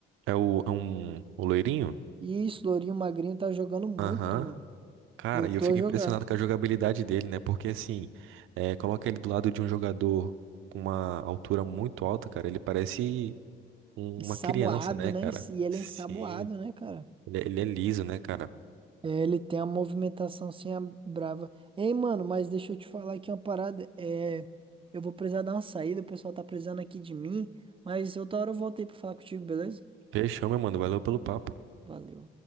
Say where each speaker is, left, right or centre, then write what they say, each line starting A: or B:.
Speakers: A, on the right (about 85°); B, on the right (about 25°).
A: É o, é um, o loirinho?
B: E isso, Lourinho Magrinho tá jogando muito,
A: Aham.
B: mano.
A: Cara,
B: Voltou
A: e eu fico
B: a jogar.
A: impressionado com a jogabilidade dele, né? Porque assim, é, coloca ele do lado de um jogador com uma altura muito alta, cara. Ele parece. um-
B: Ensaboado,
A: uma criança, né,
B: né?
A: cara?
B: E ele
A: Sim,
B: é ensaboado, né, cara?
A: ele, é, ele é liso, né, cara?
B: É, ele tem a movimentação assim, a brava. Ei, mano, mas deixa eu te falar aqui uma parada. É, eu vou precisar dar uma saída, o pessoal tá precisando aqui de mim. Mas outra hora eu volto aí pra falar contigo, beleza?
A: Fechou, meu mano. Valeu pelo papo.
B: Valeu.